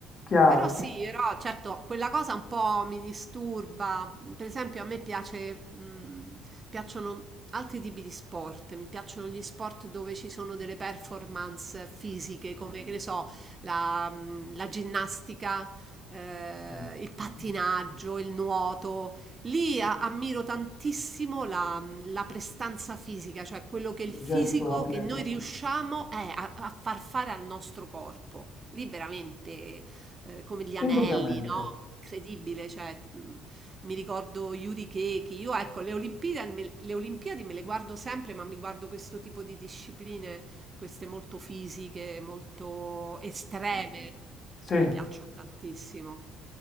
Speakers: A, on the left; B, on the right.
A: chiaro,
B: Però sì, <laughs> però certo, quella cosa un po' mi disturba. Per esempio, a me piace, mh, piacciono altri tipi di sport, mi piacciono gli sport dove ci sono delle performance fisiche, come che ne so, la, mh, la ginnastica eh,
A: sì,
B: il pattinaggio,
A: sì.
B: il nuoto. Lì a- ammiro tantissimo la, la prestanza fisica, cioè quello che è il fisico
A: Il gesto atletico,
B: che noi riusciamo eh, a, a far fare al nostro corpo. Lì veramente eh, come gli anelli,
A: indubbiamente,
B: no? Incredibile, cioè, mh, mi ricordo Yuri Keki. Io ecco, le Olimpiadi, me- le Olimpiadi me le guardo sempre, ma mi guardo questo tipo di discipline queste molto fisiche, molto estreme,
A: sì.
B: mi piacciono tantissimo.